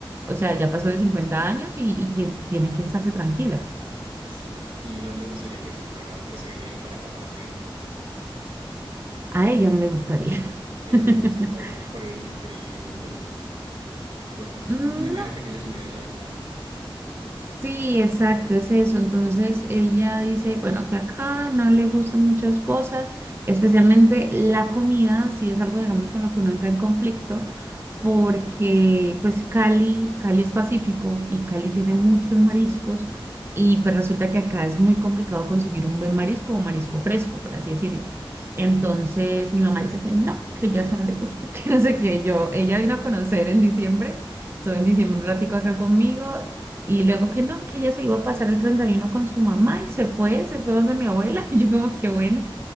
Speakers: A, on the right; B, on the right.
A: o sea, ya pasó de 50 años y, y que tiene que estarse tranquila.
B: Sí, ¿y no te gustaría que se fuera, que se viniera para acá, para Medellín?
A: A ella no le gustaría.
B: A ella
A: <laughs>
B: no le gusta, o por el frío. Bueno, m-
A: Mm,
B: me imagino
A: No,
B: que tiene su vida allá en Cali.
A: Sí, exacto, es eso. Entonces ella dice, bueno, que acá no le gustan muchas cosas, especialmente la comida, si es algo, digamos, con lo que uno entra en conflicto porque pues Cali, Cali es Pacífico y Cali tiene muchos mariscos y pues resulta que acá es muy complicado conseguir un buen marisco o marisco fresco, por así decirlo.
B: Sí.
A: Entonces mi mamá dice que no, que ya eso no le gusta, <laughs> que no sé qué. Yo,
B: <laughs>
A: ella vino a conocer en diciembre, estuvo en diciembre un ratico acá conmigo y luego que no, que ella se iba a pasar el 31 con su mamá y se fue, se fue donde mi abuela <laughs> y yo como que bueno.